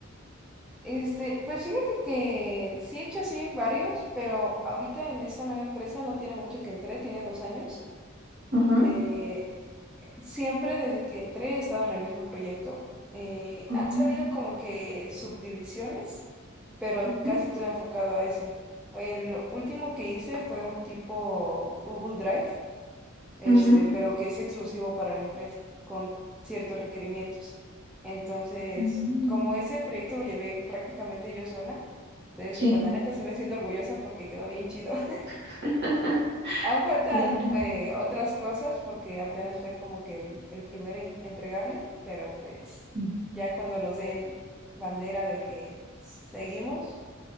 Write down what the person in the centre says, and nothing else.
Este, pues fíjate que sí he hecho así varios, pero ahorita en esta nueva empresa no tiene mucho que entré, tiene dos años.
Eh, siempre desde que entré he estado en el mismo proyecto. Eh,
han salido como que subdivisiones, pero
casi todo enfocado a ese. El último que hice fue un tipo Google Drive este,
pero que es exclusivo para la empresa, con ciertos requerimientos. Entonces,
como ese proyecto lo llevé prácticamente yo sola, entonces,
pues la neta sí me siento orgullosa porque quedó bien chido. <laughs>
Aún faltan
eh, otras cosas porque apenas fue como que el, el primer in- entregable, pero pues
ya cuando nos den bandera de que seguimos,